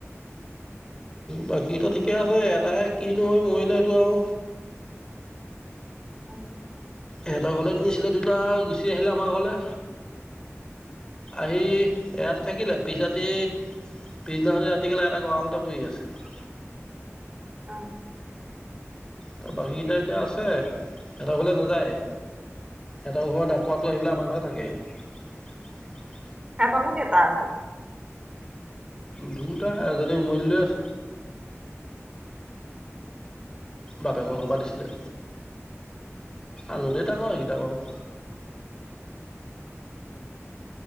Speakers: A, on the left; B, on the right.
A: বাকীকেইটা ঠিকে আছে এটাহে কিনো হৈ মৰিলে সেইটো আৰু
B: উম
A: সিহঁতৰ ঘৰলৈ নিছিলে দুটা গুচি আহিলে আমাৰ ঘৰলে আহি ইয়াতে থাকিলে পিছ ৰাতি পিছদিনাখনি ৰাতি কেলাই এটা গঁড়ালতে পৰি আছে।
B: অ
A: তাৰ বাকীকেইটা এতিয়া আছে এটা ঘৰলে নাযায় এটা ঘৰৰ ডাকোৱাটো আহিবিলাই আমাৰ ঘৰতে থাকেহি।
B: হেতনো কেটা আছে
A: দুয়োটা এজনী উমনি লৈ আছে। বাপেকৰ ঘৰৰ পৰা দিছিলে। আগতে দাঙৰ সেইকেইটা বাৰু।